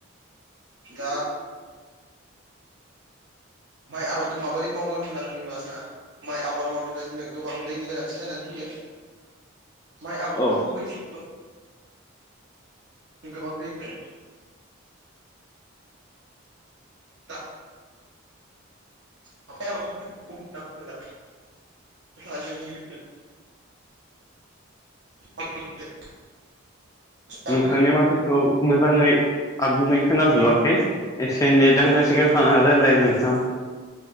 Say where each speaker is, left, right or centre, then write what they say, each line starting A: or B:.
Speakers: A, on the right; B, on the left.
A: दा माइ आबादखौ माबोरै मावगोन होनना बुङोब्ला जोंहा माइ आबाद मावनो थाखाय जोंनो गोबां दैनि गोनांथि जानानै फैयो माइ आबादखौ
B: औ
A: जों बै जों गोबां दैखो दा <unintelligible> <unintelligible> गिबि
B: नोंथांनि माथोखौ मोजाङै आबुङै खोनाजोबाखै एसे एनै नेट नांनाय सिगायाव थां रायलाय नोंथां